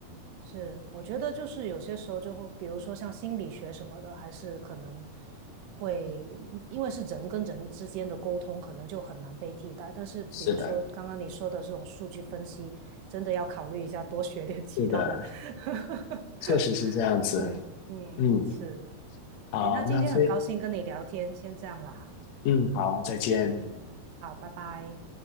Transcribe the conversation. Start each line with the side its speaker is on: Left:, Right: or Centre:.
Right: 是，我觉得就是有些时候就会，比如说像心理学什么的，还是可能会，因为是人跟人之间的沟通，可能就很难被替代。但是比如说刚刚你说的这种数据分析，
Left: 是的，
Right: 真的要考虑一下，多学点其他的。
Left: 是的，
Right: <laughs>
Left: 确实是这样子。
Right: 嗯嗯，
Left: 嗯，
Right: 是。
Left: 好，
Right: 哎，那今天很高兴跟你聊天，
Left: 那非，
Right: 先这样了哈。
Left: 嗯，好，再见。
Right: 嗯，好，拜拜。